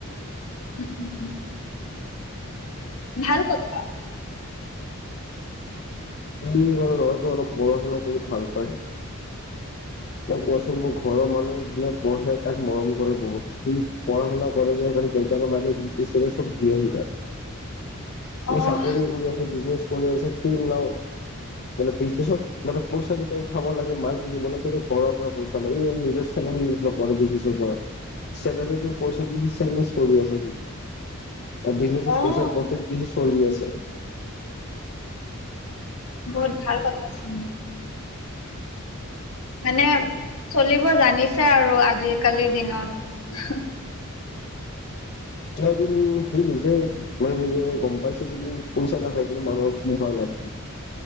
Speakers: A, on the left; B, on the left.
A: উম উম উম। ভাল কথা।
B: সি ক লৰাটো অলপ পঢ়া-শুনা কৰি ভাল পায়। ন কোৱাচোন মোৰ ঘৰৰ মানুহ যোনে পঢ়ে তাক মৰম কৰে বহুত। সি পঢ়া-শুনা কৰে যে সেই কাৰণে দেউতাকে মাকে যি টি লাগে চব দিয়েই সি তাক সি‌
A: অহ,
B: চাকৰি কৰি আছে বিজনেছ কৰি আছে। কিন লও মানে বিজনেছত মানে পইচা যেতিয়া উঠাব লাগে মাল কিনিব লাগে ঘৰ পৰা পইচা লয়। নিজৰ চেলাৰী ইউজ নকৰে, বিজনেছৰ ওপৰত চেলাৰীটো পইচাটো সি চেভিংছ কৰি আছে সি। আৰু বিজনেছ
A: অহ,
B: পইচা প্ৰফিট খিনি চলি আছে।
A: বহুত ভাল কথা ছোন। মানে চলিব জানিছে আৰু আজিকালিৰ দিনত।
B: এইটো সি নিজে লয় মেলি গম পাইছো যদি পইচা নাথাকে মানুহৰ কি হৈ লাইফটো।